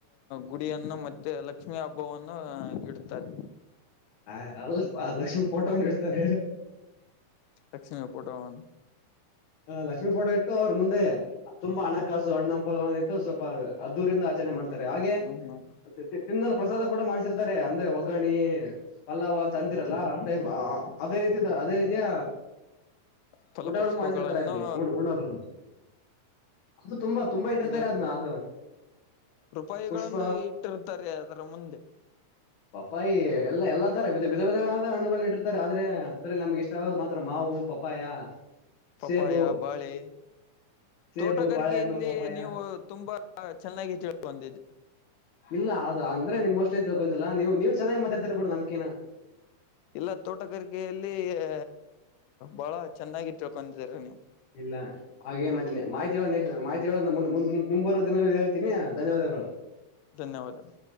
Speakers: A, on the left; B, on the left.
A: ಗುಡಿಯನ್ನು ಮತ್ತೆ ಲಕ್ಷ್ಮೀ ಹಬ್ಬವನ್ನು ಇಡ್ತಾರೆ.
B: ಆ ಅಲ್ಲಪ ಲಕ್ಷ್ಮಿ ಫೋಟೋಂದ ಇಡ್ತಾರೆ.
A: ಲಕ್ಷ್ಮೀ ಪೋಟೋವನ್ನು.
B: ಹ ಲಕ್ಷ್ಮೀ ಫೋಟೋ ಇಟ್ಟು ಅವ್ರ ಮುಂದೆ ತುಂಬಾ ಹಣಕಾಸು ಹಣ್ಣ ಹಂಪ ಇಟ್ಟು ಸ್ವಲ್ಪ ಅದು ಅದ್ದೂರಿಂದ ಆಚರಣೆ ಮಾಡ್ತಾರೆ ಹಾಗೆ
A: ಹ್ಮ
B: <unintelligible> ತಿನ್ನಲ್ಲಿ ಪ್ರಸಾದ ಕೂಡ ಮಾಡಸಿರ್ತಾರೆ ಅಂದ್ರೆ ಒಗ್ಗರಣಿ ಪಲ್ಲವು್ ಅಂತ ಅಂತಿರಲ್ಲ ಅದೇ ರತಿ ಅದೇ ರೀತಿಯ
A: ಫಲಪುಷಪಗಳನ್ನು.
B: ಊಟಗಳನ್ನು ಮಾಡ್ಸಿರ್ತಾರೆ ಅಲ್ಲಿ ಉಣ ಉಣಲು ಅದು ತುಂಬಾ ತುಂಬಾ ಇಟ್ಟಿರ್ತಾರೆ
A: ಇರುತ್ತೆ
B: ಅದ್ನ್ನ ಅದು.
A: ರೂಪಾಯಿಗಳನ್ನು
B: ಪುಷ್ಪ
A: ಇಟ್ಟಿರ್ತಾರೆ ಅದರ ಮುಂದೆ.
B: ಪಪ್ಪಾಯಿ ಎಲ್ಲಾ ಎಲ್ಲಾ ತರ ಇದ ವಿಧ ವಿಧವಾದ ಹಣ್ಣುಗಳನ್ನ ಇಟ್ಟರ್ತಾರೆ ಆದ್ರೆ ಅದ್ರೆ ನಮ್ಗೆ ಇಷ್ಟ ಆಗೋದು ಮಾತ್ರ ಮಾವು ಪಪ್ಪಾಯ.
A: ಪಪ್ಪಾಯ
B: ಸೇಬು
A: ಬಾಳೀ.
B: ಸೇಬು
A: ತೋಟಗಾರಿಕೆಯಲ್ಲಿ
B: ಬಾಳೆಹಣ್ಣು ಪಪ್ಪಾಯ
A: ನೀವು ತುಂಬಾ ಚೆನ್ನಾಗಿ ತಿಳ್ ಬಂದಿದ್ದ.
B: ಇಲ್ಲ ಅದು ಅಂದ್ರೆ ನಿಮ್ ಅಷ್ಟೇ ಅಂತ ತಿಳ್ಕೊಂಡಿಲ್ಲ ನೀವವು ನೀವ್ ಚೆನ್ನಾಗಿ ಮಾತಾಡ್ತರ್ ಬಿಡ ನಮ್ಕೇನ.
A: ಇಲ್ಲ ತೋಟಗಾರಿಕೆಯಲ್ಲಿ ಅ ಬಹಳ ಚೆನ್ನಾಗಿ ತಿಳ್ಕೊಂಡಿದೀರ ನೀವು.
B: ಇಲ್ಲ ಹಾಗೆ ಮತ್ತೆ ಮಾಹತಿ ಹೇಳ ಮಾಹಿತಿ ಹೇಳ ಮುಂಬರುವ ದಿನಗಳಲ್ಲಿ ಹೇಳ್ತೀನಿ ಧನ್ಯವಾದ. <unintelligible>
A: ಧನ್ಯವಾದಗಳು.